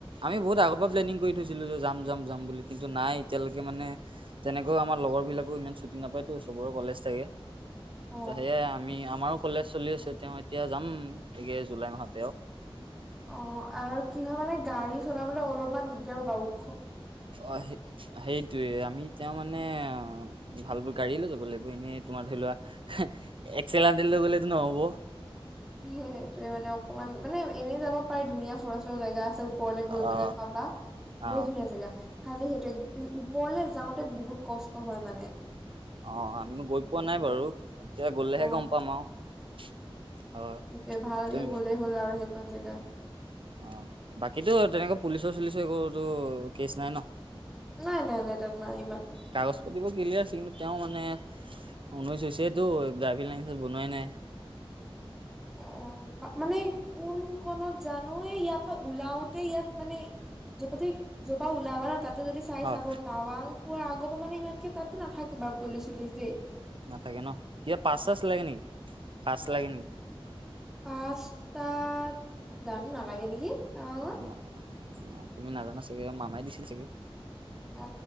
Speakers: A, on the right; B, in the centre.
A: আমি বহুত আগৰ পৰা প্লেনিং কৰি থৈছিলো, যে যাম যাম যাম বুলি কিন্তু নাই এতিয়ালৈকে মানে তেনেকৈও আমাৰ। লগৰ বিলাকে ইমান ছুটি নাপায়তো চবৰে কলেজ থাকে।
B: অ
A: ত সেয়াই আমি আমাৰো কলেজ চলি আছে তেওঁ এতিয়া যাম। এই জুলাই মাহতে আৰু।
B: অ আৰু কি হয় মানে গাড়ী চলাবলৈ অলপমান দিগদাৰ পাবাও।
A: অ সেইটোয়ে, আমি তেওঁ মানে অ ভাল গাড়ী লৈ যাব লাগিব, এনেই তোমাৰ ধৰি লোৱা একেল লৈ গলেতো নহ'ব।
B: সেইটোয়ে মানে অকণমান। মানে এনেই যাব পাৰি ধুনীয়া ফুৰা চুৰা জেগা আছে। ওপৰলৈ গৈ পেলাই
A: অ।
B: পাবা।
A: অ
B: বহুত ধুনীয়া জেগা খালি সেইটোৱে ওপৰলৈ যাওঁতে বহুত কষ্ট হয় মানে।
A: <inaudible> অ', আমি গৈ পোৱা নাই বাৰু। এতিয়া গ'লেহে
B: অ
A: গম পাম আৰু। হয়
B: তাতে ভালকৈ
A: তুমি
B: গ'লেই হ'ল, আৰু সেইখন জেগা।
A: অ', বাকীতো তেনেকৈ পুলিচৰ-চুলিচৰ একোতো কেচ নাই ন?
B: নাই নাই নাই তাত নাই ইমান
A: কাগজ-পাতিবোৰ ক্লিয়াৰ আছে, কিন্তু তেওঁ মানে, ঊনৈছ হৈছে তো, ড্ৰাইভিং লাইচেঞ্চ বনোৱাই নাই।
B: অ', মানে কোনখনত জানো, এই ইয়াৰ পৰা ওলাওঁতে ইয়াত মানে। <inaudible> য'ৰ পৰা ওলাব ন, তাত ত যদি চাই
A: হয়,
B: চাব, টাৱাং পোৱাৰ আগৰ পৰা মানে, ইমানকে তাতো নাথাকে বাৰু পুলিছ-চুলিছ দেই।
A: নাথাকে ন, ইয়াত পাছ- চাছ লাগে নেকি? পাছ লাগে নেকি?
B: পাছ তাত জানো নালাগে নেকি? টাৱাঙত
A: ন, তুমি নাজানা, চাগে মামাই দিছিল চাগে।
B: অ